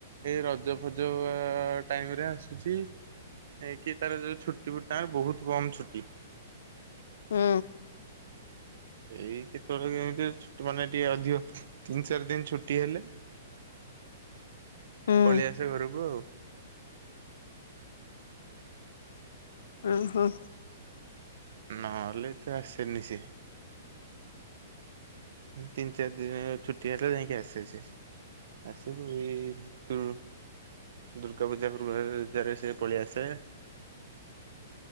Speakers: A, on the right; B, on the left.
A: ଏଇ ରଜ ଫଜ ଟାଇମ ରେ ଆସୁଛି। ଏ କି ତାର ଯୋଉ ଛୁଟି ତାର ବହୁତ କମ ଛୁଟି।
B: ହୁଁ।
A: ଏଇ କେତେବେଳେ କେମିତି ଛୁଟି ମାନେ ଟିକେ ଅଧିକ ତିନି ଚାରି ଦିନ ଛୁଟି ହେଲେ।
B: ହୁଁ
A: ପଳେଇ ଆସେ ଘରକୁ ଆଉ।
B: ଓହୋ!
A: ନହେଲେ ତ ଆସେନି ସିଏ। ତିନି, ଚାରି ଦିନ ଛୁଟି ହେଲେ ଯାଇକି ଆସେ ସିଏ। ଆସିବୁ ଏଇ ତୁ ଦୁର୍ଗା ପୂଜା <unintelligible> ସେ ପଳେଇଆସେ।